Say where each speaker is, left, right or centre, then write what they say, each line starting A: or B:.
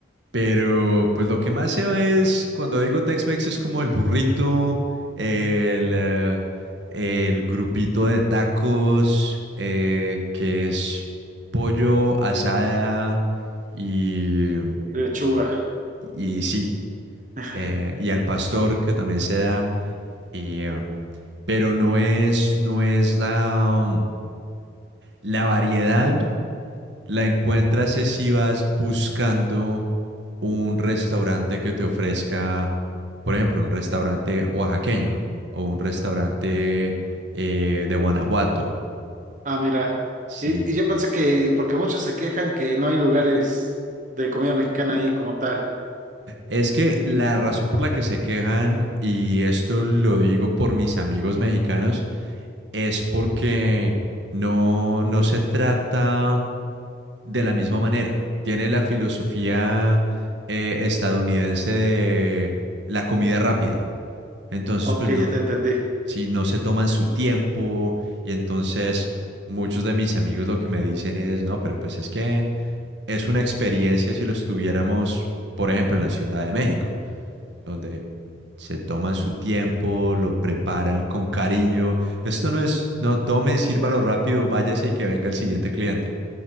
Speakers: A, on the right; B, on the right.
A: Pero pues lo que más se ve es, cuando digo Tex-Mex, es como el burrito, el, eh, el grupito de tacos, eh, que es pollo, asada y,
B: Lechuga.
A: y sí,
B: <laughs>
A: eh, y al pastor que también se da. y, eh, pero no es, no es la, la variedad La encuentras es si vas buscando un restaurante que te ofrezca, por ejemplo, un restaurante oaxaqueño o un restaurante eh, de Guanajuato,
B: Ah, mira.
A: ¿sí?
B: Y, y yo pensé que, porque muchos se quejan que no hay lugares de comida mexicana ahí como tal.
A: Es que la razón por la que se quejan, y esto lo digo por mis amigos mexicanos, es porque no, no se trata de la misma manera. Tiene la filosofía eh, estadounidense de la comida rápida. Entonces,
B: Ok,
A: pues no,
B: ya te entendí.
A: si no se toman su tiempo y entonces muchos de mis amigos lo que me dicen es, no, pero pues es que es una experiencia si lo estuviéramos, por ejemplo, en la Ciudad de México, donde se toman su tiempo, lo preparan con cariño. Esto no es, no tome, sírvalo rápido, váyase y que venga el siguiente cliente.